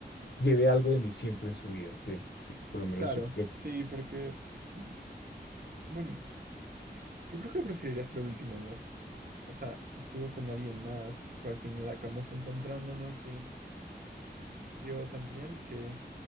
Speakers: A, on the left (about 80°); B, on the right (about 55°).
A: lleve algo de mí siempre en su vida, que, que por lo menos
B: Claro,
A: yo creo.
B: sí, porque sí. Bueno, yo creo que preferiría ser el último amor. O sea, estuvo con alguien más, pero al final acabamos encontrándonos y yo también que